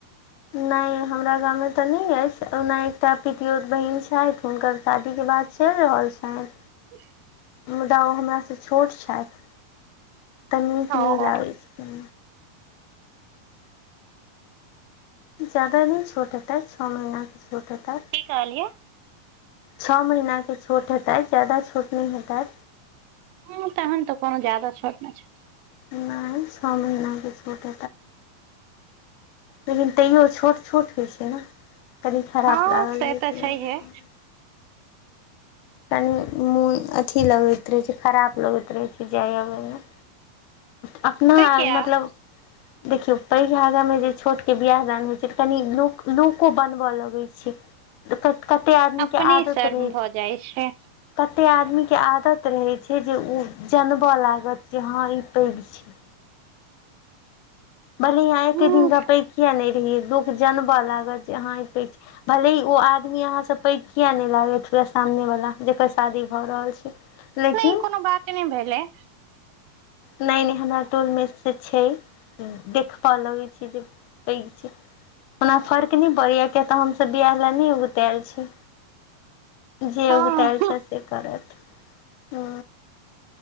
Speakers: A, on the left; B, on the right.
A: नहि हमरा गाममे तऽ नहि अछि ओना एकटा पितियोत बहिन छथि हुनकर साथ शादी केँ बात चलि रहल छनि
B: ओ <inaudible>
A: मुदा ओ हमरासँ छोट छथि तऽ नीक
B: ओ
A: नहि लागैत छथि जादा नहि छोट हेतैत छओ महीनेकेँ छोट हेतैत
B: की कहलियै
A: छओ महीना केँ छोट हेतैत जादा छोट नहि हेताै
B: ह तहन तऽ कोनो जदा छोट नहि छथि
A: नहि छओ महीनाकेँ छोट लेकिन तैओ छोट छोट होइ छै ने कनि खराब
B: हँ
A: लागल
B: से
A: नहि
B: तऽ
A: छै
B: छैहे
A: कनि मोन अथि लगैत रहै छै खराब लगैत रहै छै जाय अबयमे अपना
B: से किया
A: मतलब देखियौ पैघ आगामे जे छोटकेँ बियाह दान होइत छै तऽ कनि लोको बनबय लगैत छै कत कत्ते आदमी
B: अपने
A: के आदत
B: शर्म
A: रहै
B: भऽ जाइ छै
A: कत एतेक आदमीकेँ आदत रहैशय छै जे ओ जनबऽ लागत जे हँ ई अग छी <unintelligible> भले यहाँ एक
B: ह
A: दिनका पैघ किया नहि लोक जानबऽ लागत जे हां ई कह छी भले ओ आदमी अहाँ सब पैघ किया नहि लागैत पूरा सामने वाला जेकर शादी भऽ रहल छै लेकिन
B: नहि कोनो बाते नहि भेलै
A: नहि नहि हमरा टोल मेच से छैक देखबय लगय छै जे पैघ छैक ओना फर्क नहि पड़ैए किय तऽ हमसभ बियाह लए नहि ओगतायल छी जे
B: हँ
A: ओगतायल छै से करत ह